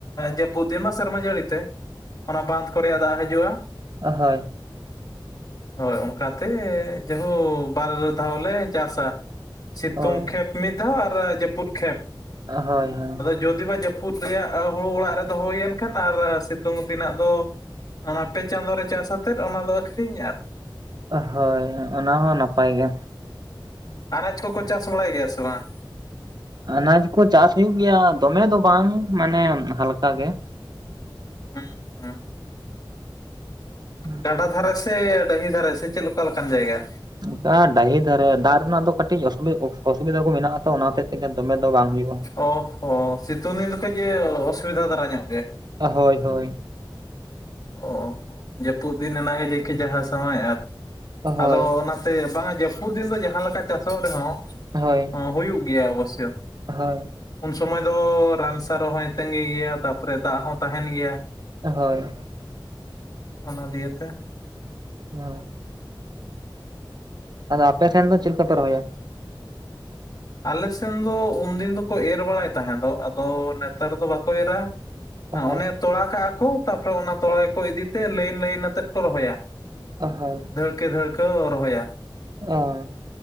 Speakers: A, on the left; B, on the right.
A: ᱡᱟᱹᱯᱩᱫ ᱫᱤᱱ ᱢᱟ ᱥᱮᱨᱢᱟ ᱡᱟᱹᱲᱤ ᱛᱮ ᱚᱱᱟ ᱵᱟᱸᱫᱷ ᱠᱚ ᱨᱮᱭᱟᱜ ᱫᱟᱜ ᱦᱤᱡᱩᱜᱼᱟ
B: ᱚ ᱦᱳᱭ
A: ᱦᱳᱭ ᱚᱱᱠᱟᱛᱮ ᱡᱟᱦᱳ ᱵᱟᱨ ᱫᱷᱟᱣ ᱞᱮ ᱪᱟᱥᱟ ᱥᱤᱛᱩᱝ
B: ᱦᱳᱭ
A: ᱠᱷᱮᱛ ᱢᱤᱫ ᱫᱷᱟᱣ ᱟᱨ ᱡᱟᱹᱯᱩᱫ ᱠᱷᱮᱛ
B: ᱦᱳᱭ ᱦᱳᱭ
A: ᱡᱩᱫᱤ ᱵᱟ ᱡᱟᱹᱯᱩᱫ ᱨᱮᱭᱟᱜ ᱦᱩᱲᱩ ᱚᱲᱟᱜ ᱨᱮ ᱫᱚᱦᱚ ᱦᱩᱭᱮᱱ ᱠᱷᱟᱱ ᱟᱨ ᱥᱤᱛᱩᱝ ᱫᱤᱱᱟᱜ ᱫᱚ ᱚᱱᱟ ᱯᱮ ᱪᱟᱸᱫᱳ ᱨᱮ ᱪᱟᱥ ᱟᱛᱮᱫ ᱚᱱᱟ ᱫᱚ ᱟᱹᱠᱷᱨᱤᱧᱟ
B: ᱚ ᱦᱳᱭ ᱚᱱᱟ ᱦᱚᱸ ᱱᱟᱯᱟᱭ ᱜᱮ
A: ᱟᱱᱟᱡ ᱠᱚᱠᱚ ᱪᱟᱥ ᱵᱟᱲᱟᱭ ᱜᱮᱭᱟ ᱥᱮ ᱵᱟᱝ?
B: ᱟᱱᱟᱡ ᱠᱚ ᱪᱟᱥ ᱦᱩᱭᱩᱜ ᱜᱮᱭᱟ ᱫᱚᱢᱮ ᱫᱚ ᱵᱟᱝ ᱢᱟᱱᱮ ᱦᱟᱞᱠᱟ ᱜᱮ
A: ᱦᱩᱸ
B: ᱦᱩᱸ
A: ᱜᱟᱰᱟ ᱫᱷᱟᱨᱮ ᱥᱮ ᱰᱟᱹᱦᱤ ᱫᱷᱟᱨᱮ ᱥᱮ ᱪᱮᱫ ᱚᱠᱟ ᱞᱮᱠᱟᱱ ᱡᱟᱭᱜᱟ?
B: ᱚᱱᱠᱟ ᱰᱟᱹᱦᱤ ᱫᱷᱟᱨᱮ ᱫᱟᱜ ᱨᱮᱱᱟᱜ ᱫᱚ ᱠᱟᱹᱴᱤᱡ ᱚᱥᱩᱵᱤᱫᱷᱟ ᱠᱚ ᱢᱮᱱᱟᱜ ᱛᱚ ᱚᱱᱟ ᱦᱚᱛᱮᱡ ᱛᱮᱜᱮ ᱫᱚᱢᱮ ᱫᱚ ᱵᱟᱝ ᱦᱩᱭᱩᱜᱼᱟ
A: ᱚ ᱦᱚ ᱥᱤᱛᱩᱝ ᱫᱤᱱ ᱫᱚ ᱠᱟᱹᱡ ᱮ ᱚᱥᱩᱵᱤᱫᱟ ᱫᱷᱟᱨᱟ ᱧᱚᱜ ᱜᱮᱭᱟ
B: ᱦᱳᱭ ᱦᱳᱭ
A: ᱚ ᱦᱚᱸ ᱡᱟᱹᱯᱩᱫ ᱫᱤᱱ ᱮᱱᱟᱜᱮ ᱡᱮ ᱠᱮ ᱡᱟᱦᱟᱸ ᱥᱟᱶᱟᱭ ᱟᱨ
B: ᱦᱳᱭ
A: ᱟᱫᱚ ᱚᱱᱟ ᱛᱮ ᱵᱟᱝᱟ ᱡᱟᱹᱯᱩᱫ ᱫᱤᱱ ᱫᱚ ᱡᱟᱦᱟᱸ ᱞᱮᱠᱟ ᱪᱟᱥᱚᱜ ᱨᱮᱦᱚᱸ
B: ᱦᱳᱭ
A: ᱚ ᱦᱩᱭᱩᱜ ᱜᱮᱭᱟ ᱚᱵᱚᱥᱥᱳᱭ
B: ᱦᱳᱭ
A: ᱩᱱ ᱥᱚᱢᱚᱭ ᱫᱚ ᱨᱟᱱ ᱥᱟᱨ ᱦᱚᱸᱭ ᱛᱟᱸᱜᱤᱹ ᱜᱮᱭᱟ ᱛᱟᱯᱚᱨᱮ ᱫᱟᱜ ᱦᱚᱸ ᱛᱟᱦᱮᱱ ᱜᱮᱭᱟ
B: ᱦᱳᱭ
A: ᱚᱱᱟ ᱫᱤᱭᱮᱛᱮ
B: ᱦᱳᱭ, ᱟᱫᱚ ᱟᱯᱮ ᱥᱮᱱ ᱫᱚ ᱪᱮᱫ ᱞᱮᱠᱟ ᱯᱮ ᱨᱚᱦᱚᱭᱟ?
A: ᱟᱞ ᱥᱮᱱ ᱫᱚ ᱩᱱ ᱫᱤᱱ ᱫᱚᱠᱚ ᱮᱨ ᱵᱟᱲᱟᱭ ᱛᱟᱦᱮᱸ ᱫᱚ ᱟᱫᱚ ᱱᱮᱛᱟᱨ ᱫᱚ ᱵᱟᱠᱚ ᱮᱨᱟ
B: ᱦᱳᱭ
A: ᱚᱱᱮ ᱛᱚᱲᱟ ᱠᱟᱜᱼᱟᱠᱚ ᱛᱟᱨᱯᱚᱨᱮ ᱚᱱᱟ ᱛᱚᱲᱟ ᱜᱮᱠᱚ ᱤᱫᱤᱛᱮ ᱞᱟᱹᱭᱤᱱ ᱞᱟᱹᱭᱤᱱ ᱟᱛᱮᱫ ᱠᱚ ᱨᱚᱦᱚᱭᱟ
B: ᱚ ᱦᱳᱭ
A: ᱫᱷᱟᱹᱲᱠᱮᱹ ᱫᱷᱟᱹᱲᱠᱟᱹ ᱨᱚᱦᱚᱭᱟ
B: ᱚᱻ